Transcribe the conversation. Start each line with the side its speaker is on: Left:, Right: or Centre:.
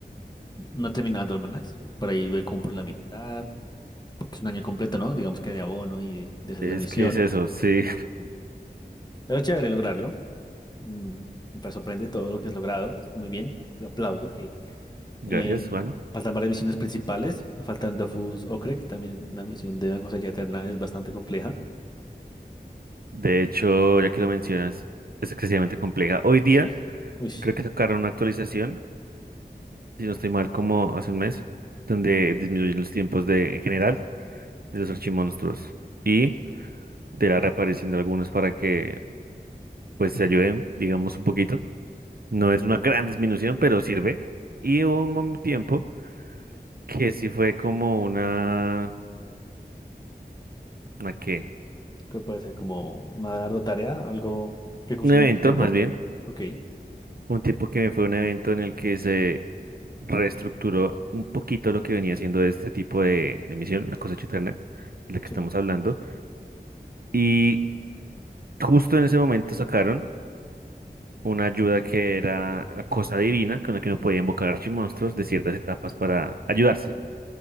Left: No he terminado el Almanacs. Por ahí voy como por la mitad, porque es un año completo, ¿no? Digamos que de abono y de, de hacer
Right: es
Left: la misión.
Right: que es eso, sí.
Left: Sí. Pero chévere lograrlo. Mm, me sorprende todo lo que has logrado. Muy bien, lo aplaudo. je.
Right: <laughs> Gracias,
Left: Eh,
Right: Juan.
Left: faltan varias misiones principales. Me falta el Dofus Ocre, que también la misión de la cosecha eterna es bastante compleja.
Right: De hecho, ya que lo mencionas, es excesivamente compleja. Hoy día
Left: Sí. Uy,
Right: creo que sacaron una actualización si no estoy mal, como hace un mes, donde disminuyen los tiempos de, en general, de los archimonstruos y de la reaparición de algunos para que, pues, se ayuden, digamos, un poquito. No es una gran disminución, pero sirve. Y hubo un mom- tiempo que sí fue como una, ¿una qué?
Left: que puede ser como una ardua tarea, algo que consume
Right: Un evento,
Left: mucho tiempo.
Right: más bien.
Left: Ok,
Right: Un tipo que fue un evento en el que se reestructuró un poquito lo que venía siendo este tipo de, de misión, la cosecha eterna, de la que
Left: Sí.
Right: estamos hablando. Y justo en ese momento sacaron. una ayuda que era la cosa divina con la que uno podía invocar archimonstruos de ciertas etapas para ayudarse.